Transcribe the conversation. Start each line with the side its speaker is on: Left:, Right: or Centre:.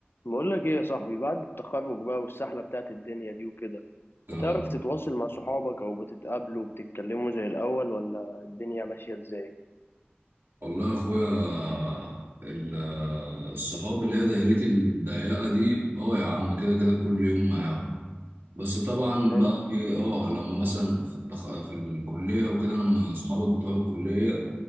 Left: بقول لك ايه يا صاحبي بعد التخرج بقى والسحلة بتاعت الدنيا دي وكده
Right: اه
Left: بتعرف تتواصل مع صحابك او بتتقابلوا وبتتكلموا زي الاول ولا الدنيا ماشية ازاي
Right: والله يا اخويا ال- الصحاب اللي هي دايرتي الضيقه دي اه يا عم كده كده كل يوم معاهم بس طبعا
Left: حلو
Right: بقى إيه، اه لما مثلا في التخ... في الكليه وكده لما اصحابك بتوع الكليه